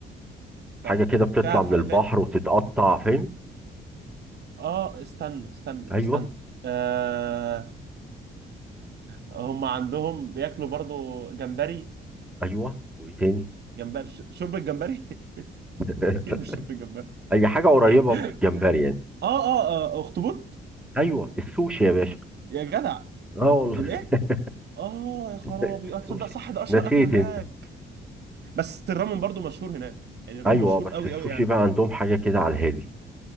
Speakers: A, on the right; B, in the centre.
A: طب
B: حاجه كده بتطلع
A: فيها فر...
B: من البحر
A: فيها
B: وتتقطع فاهم
A: اه استنى استنى
B: ايوه
A: استنى آه هم عندهم بياكلوا برضو جمبري
B: ايوه وايه تاني
A: جمبري ش- شوربة جمبري <laughs>
B: <laughs>
A: <laughs> اكيد مش شط الجمبري
B: اي حاجه قريبه
A: <laughs>
B: من الجمبري يعني
A: اه اه آه، اخطبوط
B: ايوه السوشي يا باشا
A: يا جدع
B: اه والله
A: الايه
B: <laughs>
A: اه يا خرابي
B: السوشي
A: اه تصدق صح ده اشهر
B: نسيت
A: اكل هناك
B: انت
A: بس الرامن برضو مشهور هناك يعني الرامن
B: ايوه
A: مشهور
B: آه، بس
A: قوي
B: السوشي
A: قوي يعني
B: بقى عندهم حاجه كده على الهادي